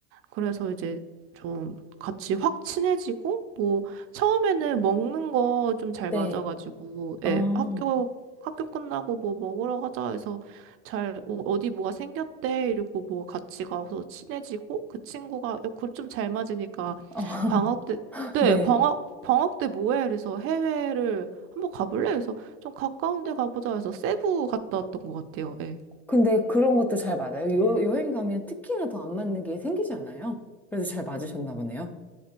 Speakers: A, on the right; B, in the centre.
A: 그래서 이제 좀 같이 확 친해지고, 뭐, 처음에는 먹는 거 좀 잘
B: 네.
A: 맞아가지고,
B: 어,
A: 예,
B: 어,
A: 학교, 학교 끝나고 뭐 먹으러 가자 해서 잘, 어, 어디 뭐가 생겼대 이러고 뭐 같이 가서 친해지고, 그 친구가, 그좀 잘 맞으니까
B: <laughs>
A: 방학 때, 네,
B: 네.
A: 방학, 방학 때 뭐해? 그래서 해외를 한번 가볼래? 그래서 좀 가까운 데 가보자 해서 세부 갔다 왔던 것 같아요. 예.
B: 근데 그런 것도 잘 맞아요. 여, 여행 가면 특히나 더 안 맞는 게 생기지 않아요? 그래서 잘 맞으셨나 보네요.